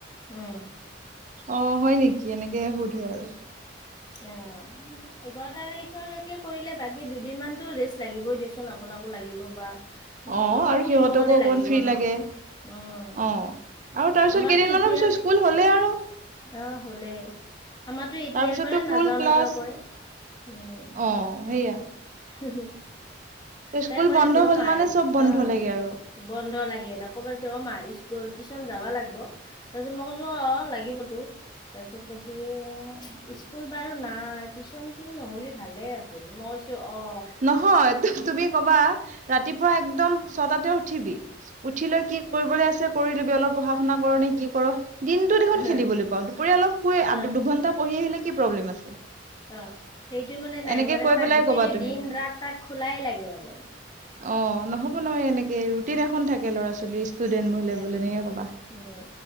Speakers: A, on the left (about 25°); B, on the right (about 40°).
A: উম
B: অ হয় নেকি এনেকে সোধে আৰু
A: অ এঘাৰ তাৰিখলৈকে কৰিলে বাকী দুদিন মানতটো ৰেষ্ট লাগিবই দিয়চোন আপুনাৰ আপোনাকো লাগিব বা সিহঁতকো
B: অ আৰু
A: ফুৰিবৰ
B: সিহঁতকো
A: কাৰণে
B: অকমান
A: লাগিব
B: ফ্ৰী
A: ন।
B: লাগে অ
A: উম,
B: আৰু তাৰ পিছত
A: আমাৰতো
B: কেইদিনমানৰ
A: এতিয়াৰ
B: পিছত স্কুল হলেই আৰু
A: অ হলে আমাটো এতিয়াৰ
B: তাৰপিছতো
A: পৰা
B: ফুল
A: নাযাও
B: ক্লাছ
A: নাযাও কৰে উম।
B: অ সেয়া
A: <unintelligible>
B: স্কুল
A: তাই কৈ
B: বন্ধ
A: আছে অ
B: হল
A: মাহ
B: মানে চব বন্ধ
A: অ
B: লাগে আৰু
A: বন্ধ লাগে তই ক'ব পছে অ মাই স্কুল টিছন যাবা লাগিব তাৰপিছত মই কৈছো অ লাগিবতো। তাৰপিছত কৈছেগে স্কুল বাৰু নাই টিউশচনতটো নহ'লে ভালে আছিল মইছো অ।
B: নহয় তু- তুমি কবা ৰাতিপুৱা একদম ছটাতে উঠিবি উঠি লৈ কি কৰিবলৈ আছে। কৰি ল'বি অলপ পঢ়া শুনা কৰ ন কি কৰ। দিনটো দেখোন
A: উম।
B: খেলিবলৈ পাওঁ দুপৰীয়া অলপ
A: ত
B: শু দুঘণ্টা পঢ়ি আহিলে কি প্ৰব্লেম আছে।
A: অ সেইটো মানে নাই
B: এনেকে
A: মানে
B: কৈ
A: তাক
B: পেলাই
A: গোটেই
B: কবা তুমি
A: দিন ৰাত তাক খোলাই লাগে মানে।
B: অ নহব নহয় এনেকে ৰুটিন এখন থাকে ল'ৰা ছোৱালী ষ্টুডেন্ট হ'লে
A: তেনেহলে
B: বোলে এনেকে কবা
A: উম